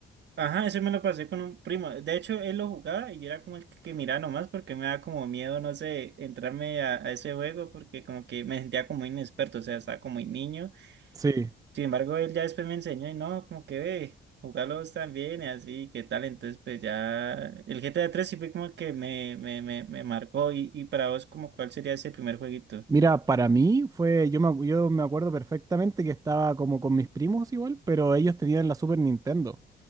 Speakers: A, on the right; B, on the right.
A: ajá, ese me lo pasé con un primo. De hecho, él lo jugaba y yo era como el que miraba nomás porque me daba como miedo, no sé, entrarme a, a ese juego porque como que me sentía como inexperto, o sea, estaba como muy niño.
B: Sí.
A: Sin embargo, él ya después me enseñó y no, como que ve, jugarlos también y así, qué tal. Entonces, pues ya el GTA tres sí fue como el que me, me, me, me marcó. Y, y para vos, como cuál sería ese primer jueguito?
B: Mira, para mí fue, yo me, acu- yo me acuerdo perfectamente que estaba como con mis primos igual, pero ellos tenían la Super Nintendo.